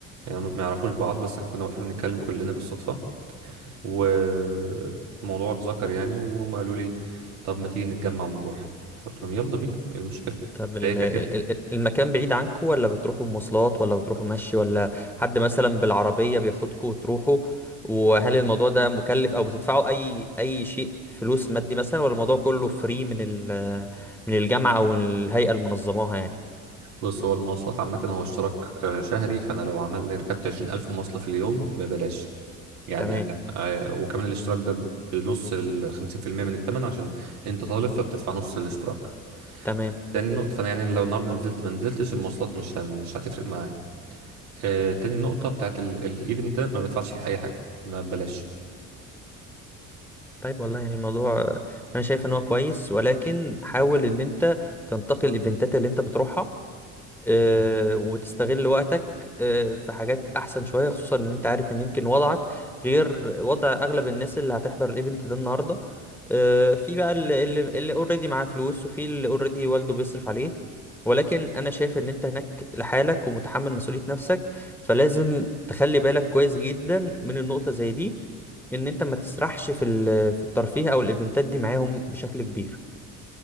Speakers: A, on the right; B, in the centre.
A: يعني هم ما يعرفوش بعض بس احنا كنا واقفين بنتكلم كلنا بالصدفة والموضوع اتذكر يعني وهم قالوا لي طب ما تيجي نتجمع ونروح فقلت لهم يلا بينا ايه المشكلة
B: طب ال-
A: فهي كانت
B: ال-
A: كده
B: ال- المكان بعيد عنكم ولا بتروحوا مواصلات ولا بتروحوا مشي ولا حد مثلا بالعربية بياخدكم وتروحوا وهل الموضوع ده مكلف او بتدفعوا اي اي شيء فلوس مادي مثلا ولا الموضوع كله فري من ال من الجامعة او الهيئة اللي منظماها يعني
A: بص هو المواصلات عامة هو اشتراك آه، شهري فأنا لو عمل ركبت عشرين ألف مواصلة في اليوم ببلاش يعني
B: تمام
A: عشان آه، وكمان الاشتراك ده بنص الخمسين في المية من التمن عشان أنت طالب فبتدفع نص الاشتراك
B: تمام
A: تاني نقطة فأنا يعني لو النهاردة نزلت ما نزلتش المواصلات مش ه- مش هتفرق معايا آه، تاني نقطة بتاعت ال- الايفنت ده ما بدفعش فيه أي حاجة ده ببلاش
B: طيب والله يعني الموضوع انا شايف ان هو كويس ولكن حاول ان انت تنتقي الايفنتات اللي انت بتروحها آه،
A: مم.
B: وتستغل وقتك آه، في حاجات احسن شويه خصوصا ان انت عارف ان يمكن وضعك غير وضع اغلب الناس اللي هتحضر الايفنت ده النهارده آه، في بقى اللي اللي اللي اوريدي معاه فلوس وفي اللي اوريدي والده بيصرف عليه ولكن انا شايف ان انت هناك لحالك ومتحمل مسؤوليه نفسك فلازم تخلي بالك كويس جدا من النقطه زي دي ان انت ما تسرحش في ال- في الترفيه او الايفنتات دي معاهم بشكل كبير